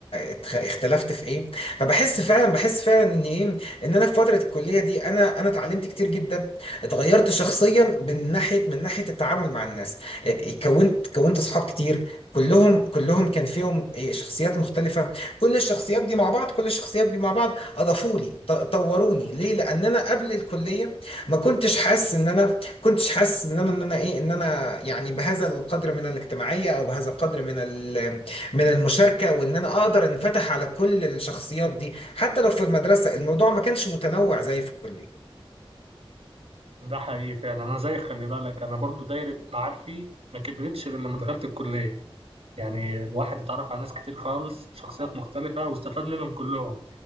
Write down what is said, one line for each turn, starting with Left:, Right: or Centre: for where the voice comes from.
Left: اتخ- اختلفت في ايه فبحس فعلا بحس فعلا ان ايه ان انا في فترة الكلية دي انا انا اتعلمت كتير جدا اتغيرت شخصيا من ناحية من ناحية التعامل مع الناس إيه، كونت كونت اصحاب كتير كلهم كلهم كان فيهم إيه، شخصيات مختلفة كل الشخصيات دي مع بعض كل الشخصيات دي مع بعض اضافوا لي ط- طوروني ليه لان انا قبل الكلية ما كنتش حاسس ان انا كنتش حاسس ان انا ان انا ايه ان انا يعني بهذا القدر من الاجتماعيه او بهذا القدر من ال- من المشاركه وان انا اقدر انفتح على كل الشخصيات دي حتى لو في المدرسه الموضوع ما كانش متنوع زي في الكليه
Right: ده حقيقي فعلا انا زي خلي بالك انا برضو دايرة معارفي ما كبرتش غير لما دخلت الكلية يعني الواحد اتعرف على ناس كتير خالص شخصيات مختلفة واستفاد منهم كلهم